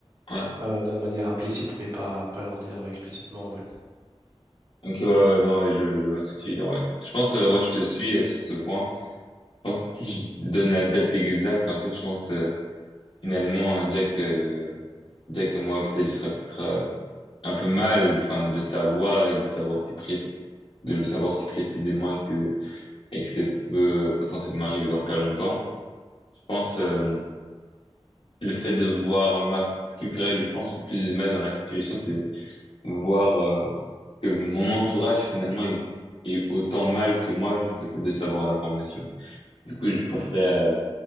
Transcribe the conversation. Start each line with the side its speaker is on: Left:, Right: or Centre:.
Left: Ouais.
Right: euh, de manière implicite mais pas pas leur dire explicitement ouais.
Left: Ok, ouais, ouais, non, ouais, je, je vois ce que tu veux dire, ouais. Je pense, euh, ouais, je te suis euh, sur ce point. Je pense que si je donne la date exacte, en fait, je pense, euh, Finalement, Jack, euh, Jack et moi, peut-être, je serais peut-être euh, un peu mal, enfin, de savoir et de savoir si pré- de le savoir si précisément et que, et que ça peut potentiellement arriver dans pas longtemps. Je pense, euh, le fait de voir ma, ce qui me ferait, je pense, le plus de mal dans la situation, c'est voir, euh, que mon entourage, finalement, est, est autant mal que moi, juste le fait de savoir l'information. Du coup, je préférerais, euh,